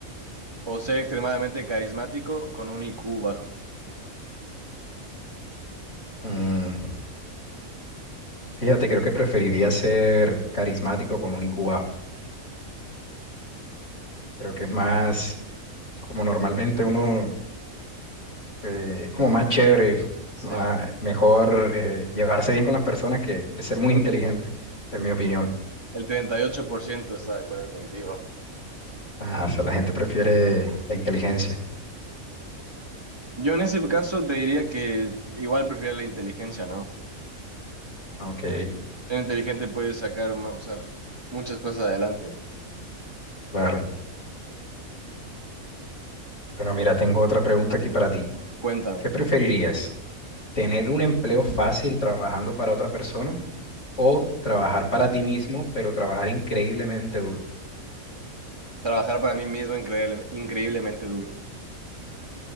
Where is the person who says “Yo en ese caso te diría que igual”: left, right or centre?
Right